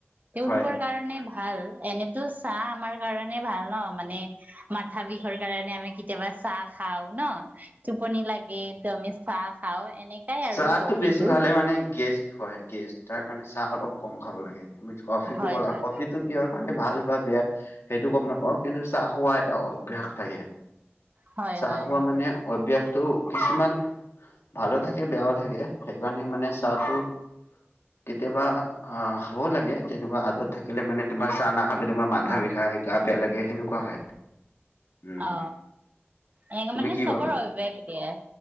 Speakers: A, on the right; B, on the left.
A: তেওঁলোকৰ
B: হয়।
A: কাৰণে ভাল এনেতো চাহ আমাৰ কাৰণে ভাল ন মানে মাথা বিষৰ কাৰণে আমি কেতিয়াবা চাহ খাওঁ ন' টোপনি লাগে ত'আমি চাহ খাওঁ। এনেকাই আৰু
B: চাহটো
A: কফিটো।
B: বেছি খালে মানে গেছ হয় গেছ তাৰ কাৰণে চাহ অলপ কম খাব লাগে তুমি কফিটো
A: হয়
B: কলা
A: হয়
B: কফিটো কি হয় মানে ভাল বা বেয়া সেইটো গম নাপাওঁ কিন্তু চাহ খোৱা এটা অভ্যাস থাকে।
A: হয়
B: চাহ
A: হয়
B: খোৱা মানে অভ্যাস ত' কিছুমান ভালো থাকে বেয়াও থাকে সেইকাৰণে মানে চাহটো কেতিয়াবা অ হব লাগে যেনেকুৱা আদত থাকিলে মানে তোমাৰ চাহ না তহতে তোমাৰ মাথা
A: অ
B: বিষাই গা বেয়া লাগে সেনেকুৱা হয় উম
A: অ এনেকে
B: তুমি
A: মানে
B: কি
A: চবৰ
B: ভাবা
A: অভ্যাস একেই।